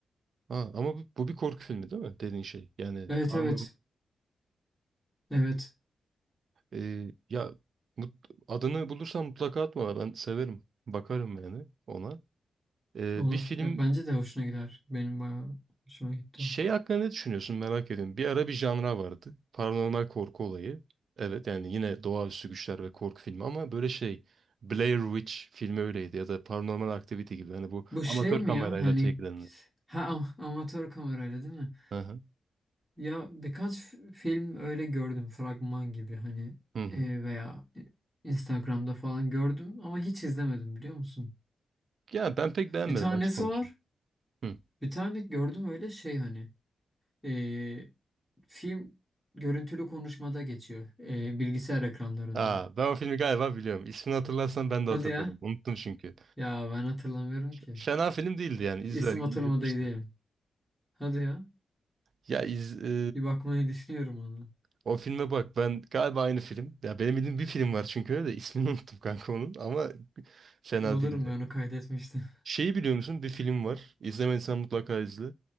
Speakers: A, on the right (about 55°); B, in the centre.
A: Ha, ama bu, bu bir korku filmi değil mi? Dediğin şey. Yani
B: Evet
A: daha
B: evet. Evet.
A: Ee, ya mut- adını bulursan mutlaka atma. Ben severim. Bakarım yani ona. Ee,
B: Olur.
A: bir film
B: Ya, bence de hoşuna gider. Benim bayağı hoşuma gitti
A: Şey
B: o.
A: hakkında ne düşünüyorsun merak ediyorum. Bir ara bir janra vardı. Paranormal korku olayı. Evet yani yine doğaüstü güçler ve korku filmi ama böyle şey Blair Witch filmi öyleydi ya da Paranormal Activity gibi. Hani bu
B: Bu şey
A: amatör
B: mi
A: kamerayla
B: ya? Hani
A: çekilenler.
B: ha am- amatör kamerayla değil mi?
A: Hı hı.
B: Ya birkaç f- film öyle gördüm fragman gibi hani
A: Hı hı.
B: e, veya Instagram'da falan gördüm ama hiç izlemedim biliyor musun?
A: Ya ben pek beğenmedim
B: Bir tanesi
A: açık konuşayım.
B: var.
A: Hı.
B: Bir tane gördüm öyle şey hani. e, film görüntülü konuşmada geçiyor. e, bilgisayar ekranlarında.
A: Aa, ben o filmi galiba biliyorum. İsmini hatırlarsan ben de
B: Hadi
A: hatırlarım.
B: ya.
A: Unuttum çünkü.
B: Ya ben hatırlamıyorum ki.
A: Fena film değildi yani. İzler,
B: İsim
A: izletmişti.
B: hatırlamadaydım. Hadi ya.
A: Ya iz, e,
B: Bir bakmayı <laughs> düşünüyorum onu.
A: O filme bak ben galiba aynı film. Ya benim bildiğim bir film var çünkü öyle de ismini <laughs> unuttum kanka onun ama fena
B: Bulurum
A: değildi.
B: ben onu kaydetmiştim.
A: Şeyi biliyor musun? Bir film var. İzlemediysen mutlaka izle.